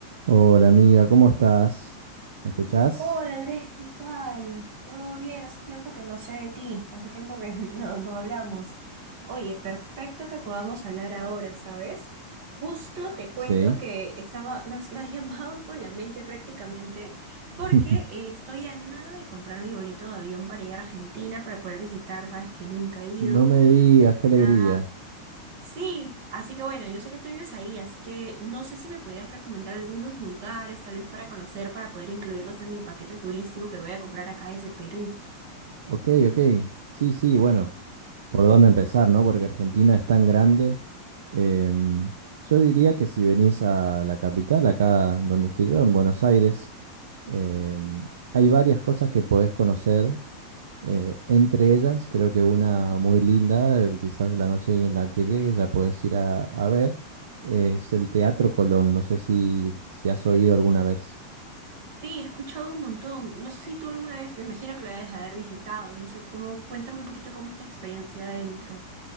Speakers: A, on the right; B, on the right.
A: Hola amiga, ¿cómo estás? ¿Me escuchás?
B: Hola Andrés, ¿qué tal? ¿Todo bien? Hace tiempo que no sé de ti, hace tiempo que <laughs> no, no hablamos. Oye, perfecto que podamos hablar ahora, ¿sabes? Justo te cuento
A: Sí.
B: que estaba, me has, me has <laughs> llamado con la mente prácticamente porque
A: <laughs>
B: eh, estoy a nada de comprar mi boleto de avión para ir a Argentina para poder visitar, ¿sabes? Que nunca he ido.
A: No me digas, qué
B: nada.
A: alegría.
B: Sí, así que bueno, yo sé que tú vives ahí, así que no sé si me pudieras recomendar algunos lugares, tal vez para conocer, para poder incluirlos en mi paquete turístico que voy a comprar acá desde Perú.
A: Ok, ok. Sí, sí, bueno, ¿por dónde empezar, no? Porque Argentina es tan grande. Em, yo diría que si venís a la capital, acá donde estoy yo, en Buenos Aires, em, hay varias cosas que podés conocer Eh, entre ellas, creo que una muy linda, eh, quizás la noche en la que llegues ya puedes ir a, a ver, eh, es el Teatro Colón. No sé si, si has oído alguna vez.
B: Sí, he escuchado un montón. No sé si tú alguna vez, me imagino que lo debes haber visitado, no sé cómo, cuéntame un poquito cómo es la experiencia adentro.